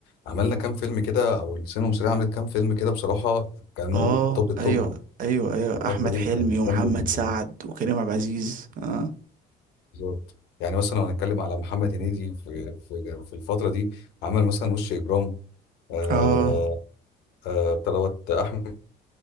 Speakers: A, on the left; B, on the right.
A: عملنا كام فيلم كده او السينما المصرية عملت كام فيلم كده بصراحة كانوا
B: اه
A: توب التوب
B: أيوه أيوه أيوه
A: الفترة
B: أحمد
A: دي
B: حلمي
A: كانت
B: ومحمد
A: جامدة جدا
B: سعد وكريم عبد العزيز اه
A: بالظبط يعني مثلا لو هنتكلم على محمد هنيدي في في في الفترة دي عمل مثلا وش إجرام آه
B: اه
A: آه بتاع دوت أحمد